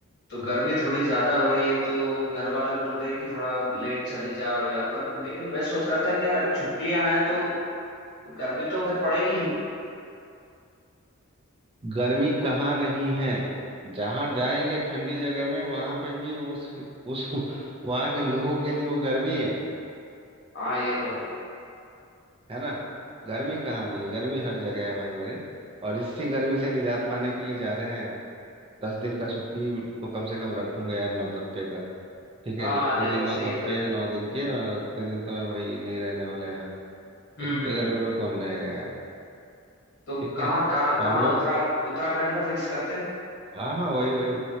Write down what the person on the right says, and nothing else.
गर्मी कहाँ नहीं है जहाँ जाएंगे ठंडी जगह में वहां पे भी उस उस <laughs> वहां के लोगों के लिए वो गर्मी है
है ना गर्मी कहाँ नहीं गर्मी हर जगह है भाई मेरे और इसी गर्मी से निजात पाने के लिए जा रहे हैं दस दिन का छुट्टी तो कम से कम रखूंगा यार नौतप्पे का ठीक
है जितने
दिन
नौतप्पे
हैं
नौ दिन के मैं उतने दिन तो मैं भाई नहीं रहने वाला यहाँ
इतने
गर्मी
में कौन रहेगा यार
ठीक
है
तो
हम लोग
हाँ हाँ वही वही